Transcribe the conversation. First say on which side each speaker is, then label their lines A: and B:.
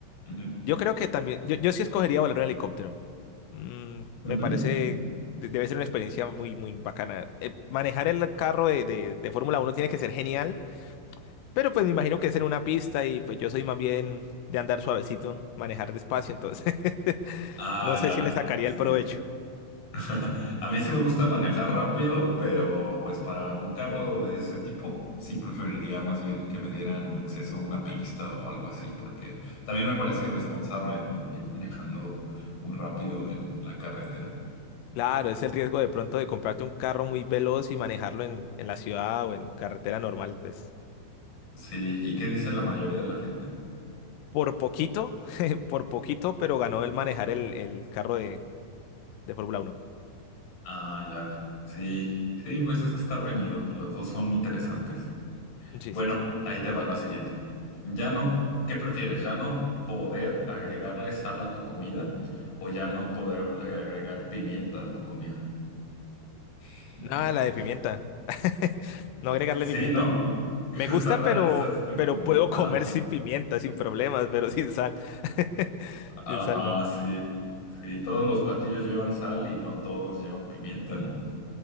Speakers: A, on the left (about 50°); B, on the left (about 85°).
A: Ujú.
B: Yo creo que también, yo, yo sí escogería volar un helicóptero. Mm,
A: Ujú.
B: me parece, de- debe ser una experiencia muy, muy bacana. Eh, manejar el carro de, de, de Fórmula uno tiene que ser genial, pero pues me imagino que es en una pista y pues yo soy más bien de andar suavecito, manejar despacio, entonces <laughs>
A: Ah,
B: no sé
A: ya,
B: si le sacaría
A: sí.
B: el provecho.
A: <laughs> A mí sí me gusta manejar rápido, pero pues para un carro de ese tipo sí preferiría más bien que me dieran acceso a una pista o algo así, porque también me parece irresponsable, ¿no? Ir manejando muy rápido en la carretera.
B: Claro, es el riesgo de pronto de comprarte un carro muy veloz y manejarlo en, en la ciudad o en carretera normal, pues
A: Sí, ¿y qué dice la mayoría de la gente?
B: por poquito, <laughs> por poquito, pero ganó el manejar el, el carro de, de Fórmula uno
A: Ah, ya. Sí, sí, pues es que está reñido. Los dos son interesantes.
B: Sí,
A: Bueno,
B: sí, sí.
A: ahí te va la siguiente. Ya no, ¿qué prefieres? ¿Ya no poder agregarle sal a tu comida o ya no poderle agregar pimienta a tu comida? <laughs>
B: Nada, la de pimienta. <laughs> No agregarle
A: Sí,
B: pimienta.
A: ¿no? <laughs> Está
B: Me gusta,
A: rara
B: pero,
A: esa, está como,
B: pero puedo
A: ajá,
B: comer sin pimienta, sin problemas, pero sin sal. <laughs>
A: ajá,
B: Sin sal, no.
A: sí, sí, todos los platillos llevan sal y no todos llevan pimienta, ¿no?